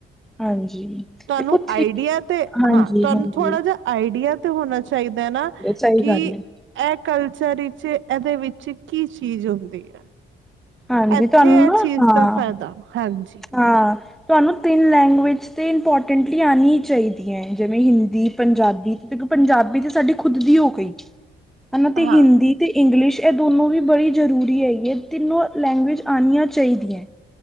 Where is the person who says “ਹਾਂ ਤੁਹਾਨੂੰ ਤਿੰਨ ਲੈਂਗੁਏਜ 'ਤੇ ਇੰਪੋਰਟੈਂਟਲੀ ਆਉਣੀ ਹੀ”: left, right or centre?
Centre